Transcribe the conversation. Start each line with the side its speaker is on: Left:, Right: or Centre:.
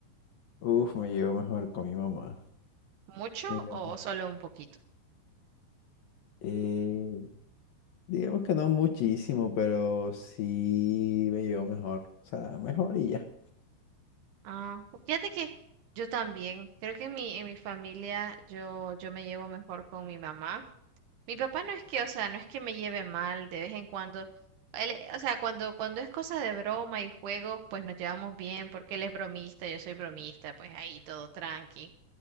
Left: Uf, me llevo mejor con mi mamá.
Right: ¿Mucho
Left: Me llevo-
Right: o solo un poquito?
Left: eh, digamos que no muchísimo, pero sí me llevo mejor. O sea, mejor y ya.
Right: Ah, pues fíjate que yo también, creo que en mi, en mi familia yo, yo me llevo mejor con mi mamá. Mi papá no es que, o sea, no es que me lleve mal de vez en cuando. Él, eh, o sea, cuando, cuando es cosa de broma y juegos, pues nos llevamos bien, porque él es bromista, yo soy bromista, pues ahí todo tranqui.